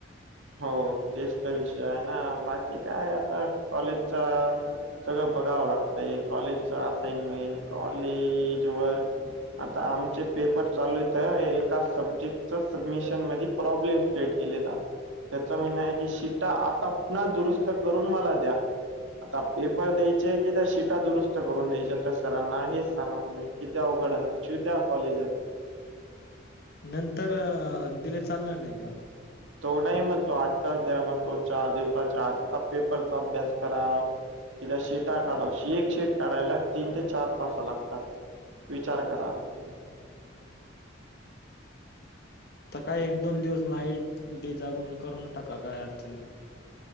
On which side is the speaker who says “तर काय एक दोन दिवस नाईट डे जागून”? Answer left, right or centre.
Left